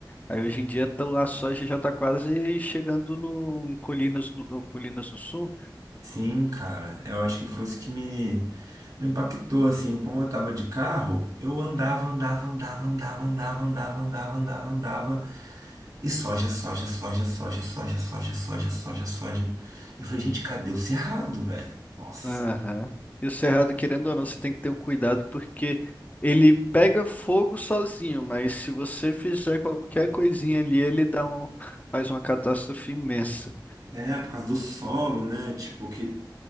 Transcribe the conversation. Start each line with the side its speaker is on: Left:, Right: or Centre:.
Left: Aí hoje em dia tá- a soja já tá quase chegando no em Colinas do, no Colinas do Sul.
Right: Sim, cara, eu acho que foi isso que me, me impactou, assim, como eu tava de carro, eu andava, andava, andava, andava, andava, andava, andava, andava, andava, e soja, soja, soja, soja, soja, soja, soja, soja, soja. Eu falei, gente, cadê o cerrado, velho? Nossa.
Left: Aham. E o cerrado, querendo ou não, você tem que ter um cuidado porque ele pega fogo sozinho, mas se você fizer qualquer coisinha ali, ele dá um, faz uma catástrofe imensa.
Right: É, por causa do solo, né, tipo, que,